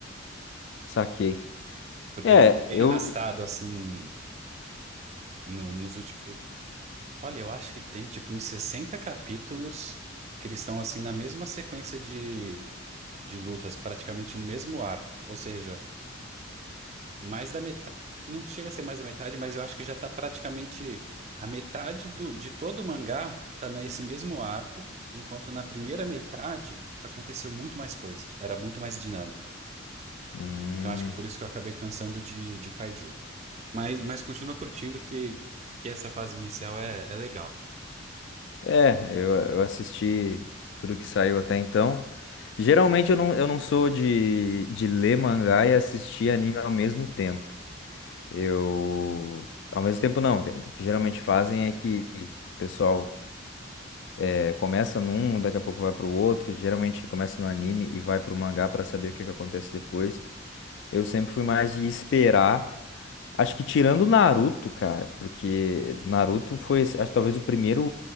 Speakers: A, on the left; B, on the right.
A: saquei.
B: Porque
A: É,
B: ele ficou bem
A: eu
B: arrastado, assim, no- nos últimos. Olha, eu acho que tem, tipo, em 60 capítulos que eles estão, assim, na mesma sequência de, de lutas, praticamente no mesmo arco. Ou seja. Mais da metade. Não chega a ser mais da metade, mas eu acho que já tá praticamente a metade do, de todo o mangá tá nesse mesmo arco, enquanto na primeira metade aconteceu muito mais coisa, era muito mais dinâmico.
A: Hum,
B: Então acho que por isso que eu acabei cansando de, de Kaiju. Mas, mas continua curtindo que, que essa fase inicial é, é legal.
A: é, eu, eu assisti tudo que saiu até então. Geralmente eu não, eu não sou de, de ler mangá e assistir anime ao mesmo tempo. Eu, ao mesmo tempo não, tem- o que geralmente fazem é que o pessoal é, começa num, daqui a pouco vai para o outro, geralmente começa no anime e vai para o mangá para saber o que que acontece depois. Eu sempre fui mais de esperar, acho que tirando Naruto, cara, porque Naruto foi, esse- acho, que talvez o primeiro,